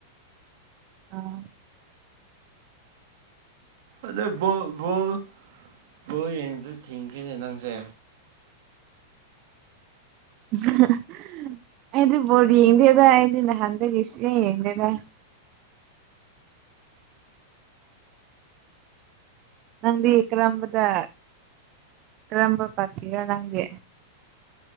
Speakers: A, on the right; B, on the right.
A: ꯑ
B: ꯑꯗꯣ ꯕꯣꯜ ꯕꯣꯜ ꯕꯣꯜ ꯌꯦꯡꯕꯗ ꯊꯤꯡꯈ꯭ꯔꯦꯅꯦ ꯅꯪꯁꯦ
A: <unintelligible> ꯑꯩꯗꯤ ꯕꯣꯜ ꯌꯦꯡꯗꯦꯗ ꯑꯩꯗꯤ ꯅꯍꯟꯈꯩꯗꯤ ꯁꯨꯛꯌꯦꯡ ꯌꯦꯡꯗꯦꯗ ꯅꯪꯗꯤ ꯀ꯭ꯔꯝꯕꯗ ꯀ꯭ꯔꯝꯕ ꯄꯇꯤꯒ ꯅꯪꯗꯤ